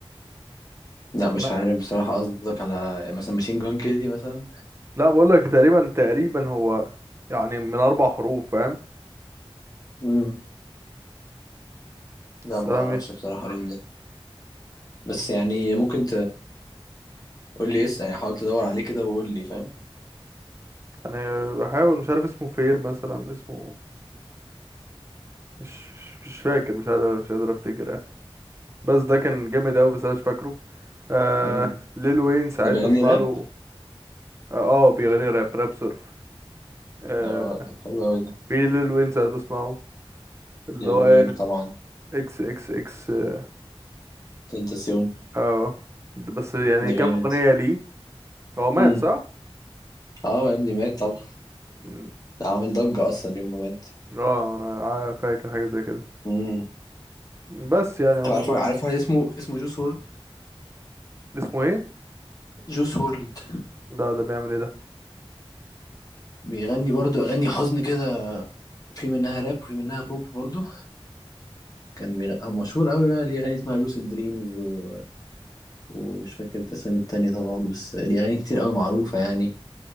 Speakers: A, on the left; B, on the right.
A: لا مش
B: لا
A: عارف بصراحة قصدك على مثلا ماشين جون كيلي مثلا
B: لا بقول لك تقريبا تقريبا هو يعني من اربع حروف فاهم
A: امم لا
B: بس
A: ما
B: انا
A: اعرفش بصراحة مين ده بس يعني ممكن تقول لي اسم يعني حاول تدور عليه كده وقول لي فاهم
B: انا بحاول مش عارف اسمه فير مثلا اسمه مش مش فاكر مش عارف مش قادر افتكر يعني بس ده كان جامد قوي بس انا مش فاكره آه
A: امم
B: ليل وين ساعات
A: اللي
B: بسمع
A: بيغني راب
B: له اه آه، بيغني راب راب سيرف آه
A: اه ده حلو قوي ده
B: في ليل وين ساعات بسمعه اللي
A: ليل
B: هو
A: وين
B: إيه؟
A: طبعا
B: اكس اكس اكس اه
A: تنتاسيون
B: آه. بس يعني
A: ده
B: كام
A: جامد
B: اغنية ليه هو مات
A: امم
B: صح؟
A: اه يا ابني مات طبعا
B: مم.
A: ده عامل ضجة اصلا يوم ما مات
B: اه انا عا- فاكر حاجة زي كده
A: امم
B: بس يعني هم
A: طب عارف
B: دول
A: عارف واحد اسمه اسمه جوس وورلد
B: اسمه ايه؟
A: جوس وورلد
B: لا ده بيعمل ايه ده؟
A: بيغني برضو اغاني حزن كده في منها راب وفي منها بوب برضو كان بيغ... هو مشهور قوي بقى ليه اغاني اسمها لوسيد دريمز و ومش فاكر الاسامي التانية طبعا بس دي أغاني كتير أوي معروفة يعني